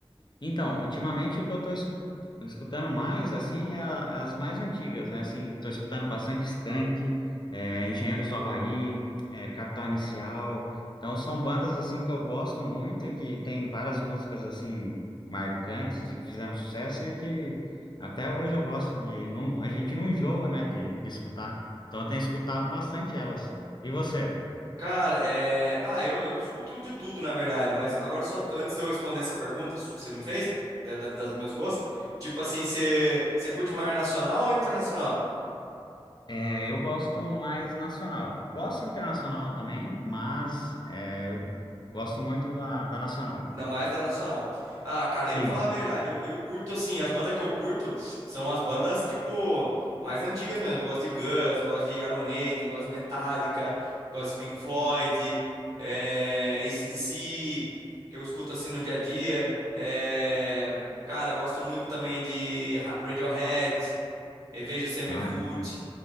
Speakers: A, on the left; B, on the right.
A: Então, ultimamente o que eu tô escu- escutando mais, assim, é a- é as mais antigas, né? Assim, tô escutando bastante Skank, é, Engenheiros do Havaí, é, Capital Inicial. Então, são bandas, assim, que eu gosto muito e que tem várias músicas, assim, marcantes e que fizeram sucesso e que até hoje eu gosto de... Não, a gente não enjoa, né, de, de escutar. Então, eu tenho escutado bastante elas. E você?
B: Cara, é... Ah, eu, eu escuto de tudo, na verdade, mas agora só antes de eu responder essa pergunta que você me fez, da, da- das meus gostos, tipo assim, você, você curte mais nacional ou internacional?
A: É, eu gosto mais nacional. Gosto internacional também, mas é, eu gosto muito da, da nacional.
B: Ainda mais da Nacional. Ah, cara,
A: Sim.
B: eu vou falar a verdade. Eu, eu curto, assim, as bandas que eu curto são as bandas, tipo, mais antigas mesmo. Eu gosto de Guns, gosto de Iron Maiden, gosto de Metallica, gosto de Pink Floyd, é, AC/DC, que eu escuto, assim, no dia a dia. É, cara, gosto muito também de Ra- Radiohead, Avenged Sevenfold.
A: Ah,